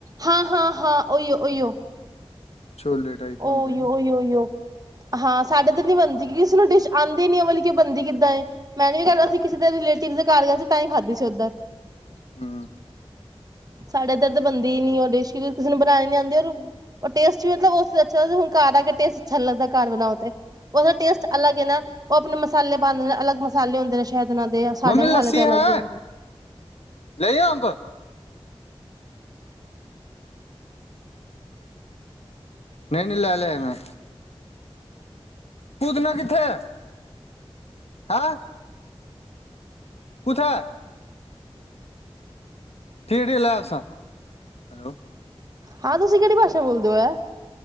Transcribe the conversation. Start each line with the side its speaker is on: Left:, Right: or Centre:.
Right: ਹਾਂ ਹਾਂ ਹਾਂ ਉਓ ਉਓ
Left: ਛੋਲੇ ਟਾਈਪ ਹੁੰਦੇ
Right: ਉਓ
Left: ਨਾ
Right: ਹਾਂ ਸਾਡਾ ਤੇ ਨਹੀਂ ਬਣਦੇ। ਕਿਸੇ ਨੂੰ ਡਸ਼ ਆਂਦੀ ਨੀ ਓ ਵਾਲੀ ਕੀ ਓ ਬਣਦੀ ਕਿੱਦਾ ਏ ਮੈਂ ਨੀ ਕਿਸੇ ਦੇ ਲੇਟਿਵ ਦੇ ਘਰ ਗਏ ਸੀ ਤਾਂ ਹੀ ਖਾਦੀ ਸੀ ਓਧਰ।
Left: ਹੂੰ
Right: ਸਾਡੇ ਇੱਧਰ ਤਾ ਬਣਦੀ ਨੀ ਉਹ ਡਿਸ਼ ਕਿਸੇ ਬਣਾਣੀ ਨੀ ਆਂਦੀ ਓ ਟੇਸਟ ਵੀ ਅ ਹੁਣ ਘਰ ਆ ਕੇ ਟੇਸਟ ਅੱਛਾ ਨੀ ਲਗਦਾ ਘਰ ਬਣਾਉਣ ਉਸਦਾ ਟੇਸਟ ਅਲੱਗ ਹੈ ਨਾ। ਉਹ ਆਪਣੇ ਮਸਾਲੇ ਪਾਦੇ ਨੇ ਅਲੱਗ ਮਸਾਲੇ ਹੁੰਦੇ ਨੇ। ਸ਼ਾਇਦ ਨਾਂ ਦੇ ਸਾਡੇ
Left: ਮੰਮੀ
Right: ਮਸਾਲੇ
Left: ਲੱਸੀ
Right: ਤੇ
Left: ਹੈ
Right: ਅਲੱਗ ਹੀ ਹੋ।
Left: ਲੈ ਅੰਬ ਨਹੀਂ-ਨਹੀਂ ਲੈ, ਲਿਆ ਮੈਂ ਪੂਦਨਾ ਕਿੱਥੇ ਐ, ਹੈ? ਕੁਥ ਹੈ ਠੀਕ ੀ ਲੈ, ਆਸਾ ਹੈਲੋ।
Right: ਹਾਂ, ਤੁਸੀਂ ਕਿਹੜੀ ਭਾਸ਼ਾ ਬੋਲਦੇ ਹੋ, ਹੈ।